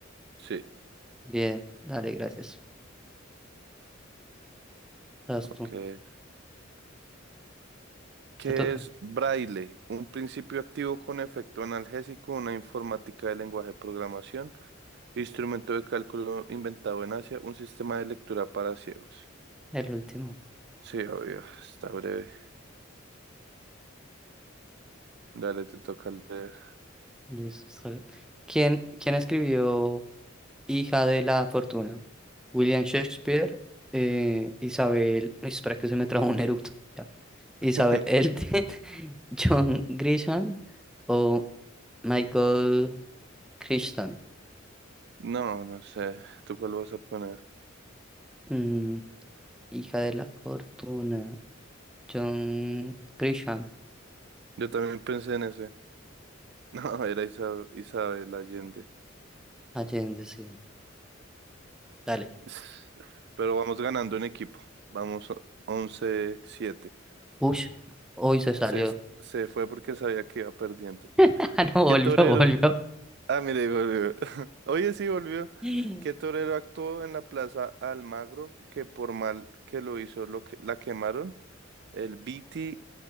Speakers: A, on the right; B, in the centre.
A: Sí,
B: Bien, dale, gracias. Vas
A: ok.
B: tú.
A: ¿Qué
B: Te toca.
A: es braille? Un principio activo con efecto analgésico, una informática de lenguaje de programación. Instrumento de cálculo inventado en Asia, un sistema de lectura para ciegos.
B: El último.
A: Sí, obvio, está breve. Dale, te toca leer.
B: Listo, está bien. ¿Quién, quién escribió Hija de la Fortuna? William Shakespeare, eh, Isabel. Uy, espera que se me trajo un eructo. Ya. Isabel
A: <laughs>
B: Elton, <laughs> John Grisham o Michael Crichton.
A: No, no sé. ¿Tú cuál vas a poner?
B: Mm, Hija de la Fortuna. John Grisham.
A: Yo también pensé en ese. <laughs> No, era Isa- Isabel Allende.
B: Allende, sí. Dale.
A: <sighs> Pero vamos ganando en equipo. Vamos o- 11-7.
B: Ush, hoy se salió.
A: Se, se fue porque sabía que iba perdiendo.
B: <laughs> Ah, No, volvió,
A: ¿Qué torero
B: volvió.
A: Ah, mire, y volvió. <laughs> Oye, sí, volvió.
B: <gasps> Le
A: Que torero actuó en la Plaza Almagro, que por mal que lo hizo, lo que, la quemaron. El Biti,